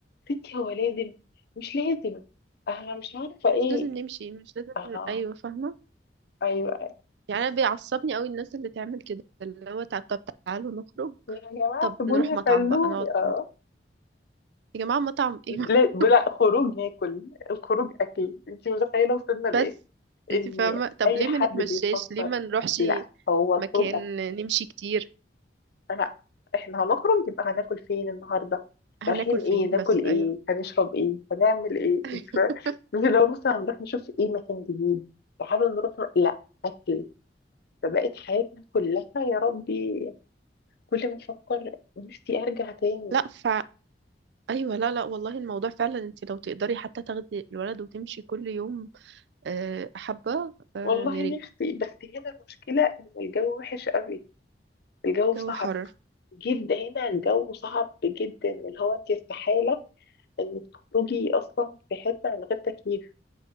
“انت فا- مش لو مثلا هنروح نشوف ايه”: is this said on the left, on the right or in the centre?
Left